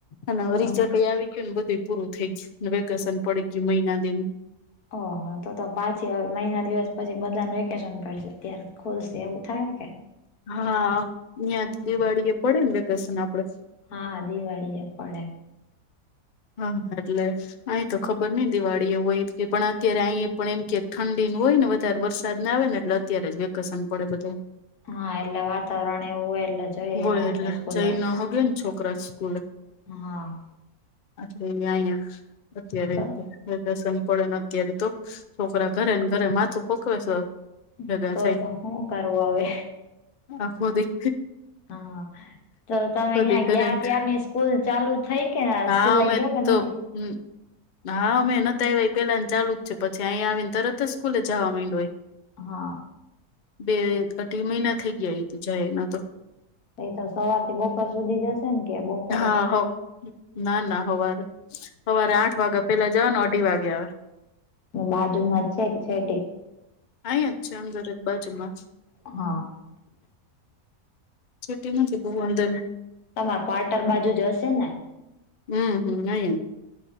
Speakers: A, on the left (about 60°); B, on the left (about 80°).
A: અને હવે રીજટ
B: હમ
A: એ આવી ગયુ ને બધું પૂરું થઈ ગયું વેકેશન પડી ગયું મહિના દિ નુ
B: ઓહ તો તો પાચે હવે મહિના દિવસ પછી બધાને વેકેશન પડશે ત્યારે ખુલશે એવું થાય કે?
A: હા અય્યા દિવાળી એ પડયું ને વેકેશન આપડે.
B: હા દિવાળી એ પડે.
A: હા એટલે. અહી તો ખબર નઈ દિવાળીઓ હોય એ પણ અત્યારે અહી પણ એમ કે ઠંડી ન હોય ને અત્યારે વરસાદ ના આવે ને એટલે અત્યારે જ વેકેશન પડે બધે
B: હા એટલે વાતાવરણ એવું હોય એટલે જઈ
A: હોય
B: ન હકે
A: એટલે
B: સ્કૂલે
A: જઈ ન હગે ને છોકરા સ્કૂલે
B: હા.
A: એટલે અહિયા અહિયા અત્યારે
B: તો
A: યતે. વેકેશન પડે ને અત્યારે તો છોકરા ઘરે ને ઘરે માથું પકવે છે. ભેગા
B: હ તો
A: થઈ
B: હું કરવુ હવે.
A: આખો દી
B: હા તો તમે
A: બધી
B: ત્યા
A: ઘરે
B: ગયા
A: ને
B: ત્યારની સ્કૂલ ચાલુ થઈ કે આ
A: હા
B: સ્કૂલે
A: અમે
B: ગયો કે
A: તો
B: નહિ
A: હમ હા અમે નતા આવ્યા એ પેલાનુ ચાલુ જ છે પછી અયા આવીને તરત જ સ્કૂલે જાવા માંડો હોય.
B: હા
A: બે અઢી મહિના થઈ ગયા ઈ તો જાય એના તો
B: એ તો સવાર થી બપોર સુધી જશે ને કે બો <inaudible>
A: હા હો ના ના હવારે સવારે આઠ વાગ્યા પેલા જવાનું અઢી વાગે આવે
B: બાજુ માં છે છેક છેટી
A: અહીંયા જ છે અંદરજ બાજુમાં
B: હા.
A: છેટી નથી બહુ અંદર
B: તમારા ક્વાર્ટર બાજુ જશે ને
A: હમ હમ નયજ